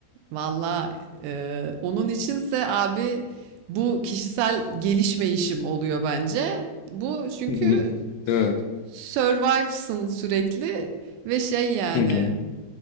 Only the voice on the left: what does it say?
Hı hı. Değil mi?
Hı hı.